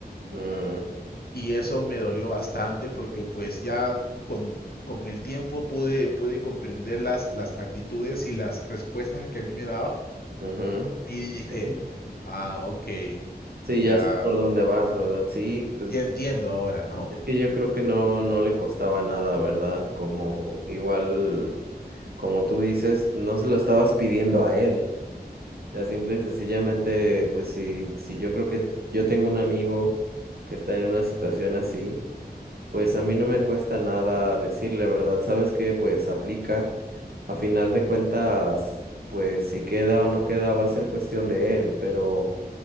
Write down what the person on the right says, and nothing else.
Mm,
ujú.
Sí,
Sí,
ya sé por dónde vas, ¿verdad? Sí, pues
es que yo creo que no, no le costaba nada, ¿verdad? Como igual, como tú dices, no se lo estabas pidiendo a él. Ya simple y sencillamente, pues sí, sí, yo creo que yo tengo un amigo que está en una situación así. Pues a mí no me cuesta nada decirle, ¿verdad? ¿Sabes qué? Pues aplica. A final de cuentas, pues si queda o no queda va a ser cuestión de él, pero